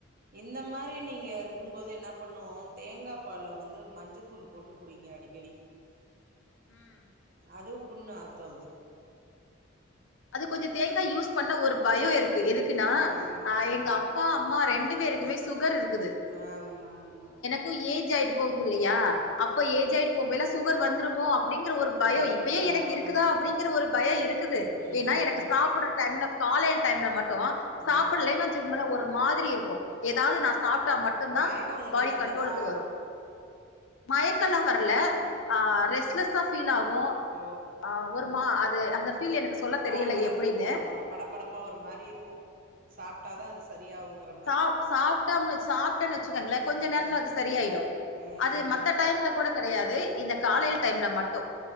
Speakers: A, on the right; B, on the left.
A: இந்த மாரி நீங்க இருக்கும்போது என்ன பண்ணு தேங்கா பால்ல வந்து மஞ்சத்தூள் போட்டு குடிங்க அடிக்கடி
B: ம்
A: அது புண்ணு ஆத்து அது
B: அது கொஞ்சோ தேங்கா யூஸ் பண்ண ஒரு பயோ இருக்கு எதுக்குன்னா
A: ஆமா ஆமா
B: ஆ எங்க அ அப்பா அம்மா ரெண்டு பேருக்குமே சுகர்ருக்குது
A: ஆமா ஆமா
B: கு ஏஜ் ஆய்ட்டு போகுதுல்லயா அப்ப ஏஜ் ஆயிட்டு போகைல சுகர் வந்துருமோ அப்டிங்கற ஒரு பயோ
A: பயத்துல
B: இப்பயே எனக்கு
A: ஆமா
B: இருக்குதா
A: ஆமா
B: அப்டிங்ற ஒரு பயோ இருக்குது
A: ம்
B: ஏன்னா எனக்கு சாப்புட்ற டைம்ல காலைல டைம்ல மட்டு சாப்புலேன்
A: ம்
B: ச்சும்பல ஒரு மாதிரி இருக்கு எதாவ்து நா சாப்ட்டா மட்டுந்தா
A: மயக்கம் கொண்டி
B: பாடி
A: தள்ளுதா
B: கன்ட்ரோலுக்கு வரு மயக்கல்லா வர்ல
A: ம்
B: ஆ ரெஸ்ட்லெஸ்ஸா ஃபீல் ஆகு
A: ஓ
B: ஆ ஒர்மா அது அந்த ஃபீல் எனக்கு சொல்ல தெரியல
A: படபடப்புன்
B: எப்டின்னு
A: சொல்லுவாங்க படப்படப்பா ஒரு மாரி இருக்கு சாப்ட்டாதா அது சரியாவுங்ற
B: சா சாப்ட்டம்னு சாப்ட்டேன் வச்சுக்கங்ளேகொஞ்ச
A: ம்
B: நேரத்துல அது சரியாயிடு
A: ம்
B: அது மத்த
A: ம்
B: டைம்ல கூட கெடயாது இந்த காலைல்
A: ம்
B: டைம்ல மட்டு